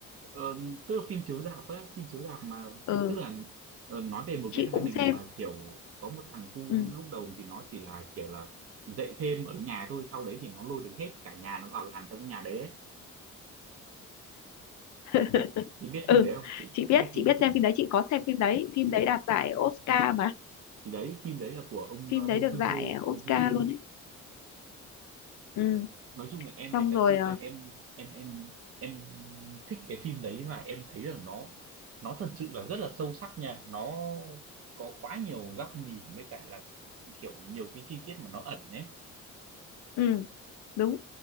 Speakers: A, on the right (about 50°); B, on the left (about 70°).
A: Ờ, tức là phim chiếu rạp á phim chiếu rạp mà
B: ừ
A: tức là ờ, nói về một
B: chị
A: cái gia
B: cũng
A: đình
B: xem
A: mà kiểu có một thằng cu
B: ừ
A: lúc đầu thì nó chỉ là kiểu là dạy thêm ở nhà thôi sau đấy thì nó lôi được hết cả nhà nó vào làm trong cái nhà đấy ấy.
B: <laughs>
A: chị, chị chị biết
B: ừ
A: phim đấy không chị
B: chị
A: chị
B: biết
A: biết
B: chị
A: ký sinh
B: biết
A: trùng
B: xem
A: này
B: phim đấy chị có xem phim đấy phim đấy đạt giải Oscar mà
A: thì đấy phim đấy là của ông
B: phim
A: ờ,
B: đấy
A: Bong
B: được
A: Joon-ho
B: giải Oscar
A: Bong Joon-ho
B: luôn ấy ừ
A: nói chung là em
B: xong
A: phải thật
B: rồi
A: sự
B: ờ,
A: là em em em em thích cái phim đấy và em thấy rằng nó nó thật sự là rất là sâu sắc nha nó có quá nhiều góc nhìn với cả là kiểu nhiều cái chi tiết mà nó ẩn ấy
B: ừ đúng